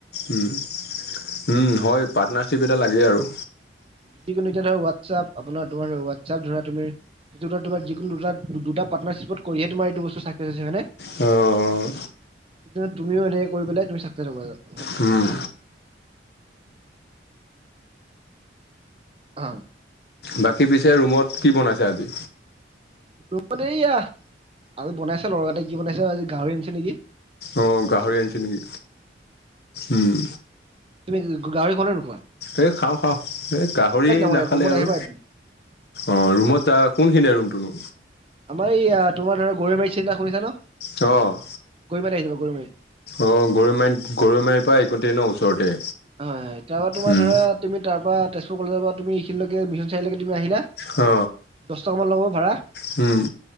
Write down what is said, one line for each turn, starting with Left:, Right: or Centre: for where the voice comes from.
Left: উম উম হয় পাৰ্টনাৰশ্বিপ এটা লাগে আৰু।
Right: যিকোনো এতিয়া ধৰ হোৱাটছআপ আপোনাৰ তোমাৰ হোৱাটছপ ধৰা তুমি। এই তোমাৰ যিকোন দুটা পাৰ্টনাৰশিপত কৰিহে তোমাৰ এইটো বস্ত চাকচেছ হৈছে হয়নে।
Left: অ
Right: স তুমিও এনেকে কৰি পেলাই তুমি চাকা থব যা। <unintelligible>
Left: হম
Right: অ
Left: বাকী পিছে ৰুমত কি বনাইছে আজি।
Right: তত এইয়া আজি বনাইছে লৰাএতাই কি বনাইছে আজি গাহৰি আনিছে নেকি।
Left: অ গাহৰি আনিছে নেকি উম।
Right: তুমি গাহৰি খোৱা নো খোৱা।
Left: এই খাওঁ খাওঁ এই গাহৰি
Right: আমাৰ
Left: নাখালে
Right: ৰুমত
Left: আৰু।
Right: আহিবা এদিন।
Left: অঁ ৰুমত কোনখিনি ৰুমটোনো।
Right: আমাৰ ইয়া তোমাৰ ধৰা গৰৈ মাৰি চিনি শুনিছা ন।
Left: অ
Right: গৰিমাৰাট ঘৰ। <unintelligible>
Left: অ গৰৈ মাৰি গৰৈ মাৰিৰ পৰা একোট ন ওচৰতে।
Right: হয় হয় তাৰ পৰাৰা তোমাৰ
Left: উম
Right: ধৰা তুমি তাৰ পৰা তেজপুৰ কলেজৰ পৰা তুমি এইখিলৈকে মিন <unintelligible> চাৰআলকেমি আহিলা?
Left: অ
Right: চন মান ল'ব ভড়া।
Left: হম